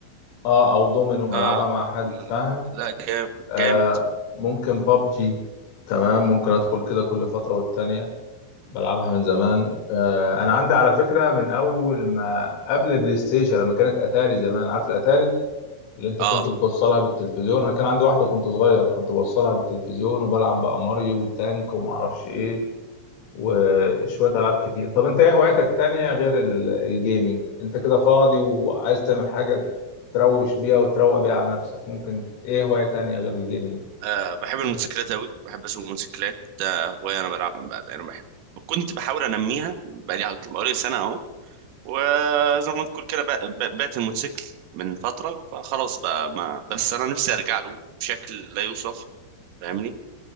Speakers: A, on the left; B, on the right.
A: اه او دومينو
B: آه
A: العبها مع
B: آه،
A: حد فاهم
B: لا جامد
A: آه
B: جامد
A: ممكن بابجي تمام ممكن ادخل كده كل فتره والتانيه بلعبها من زمان آه انا عندي على فكره من اول ما قبل بلاي ستيشن لما كانت اتاري زمان عارف الاتاري اللي انت كنت
B: آه.
A: بتوصلها بالتلفزيون انا كان عندي واحده كنت صغير كنت بوصلها بالتلفزيون وبلعب بقى ماريو وتانك وما اعرفش ايه وشوية ألعاب كتير طب أنت إيه هواياتك تانية غير ال- الجيمنج أنت كده فاضي وعايز تعمل حاجة تروش بيها وتروق بيها على نفسك ممكن إيه هواية تانية غير الجيمنج
B: اه بحب الموتوسيكلات أوي بحب أسوق موتوسيكلات آه هواية أنا بلعب ب- أنا بحب كنت بحاول أنميها بقالي بقالي سنة أهو وزي ما تقول كده بع- بع- بعت الموتوسيكل من فترة فخلاص بقى ما بس أنا نفسي أرجع له بشكل لا يوصف فاهمني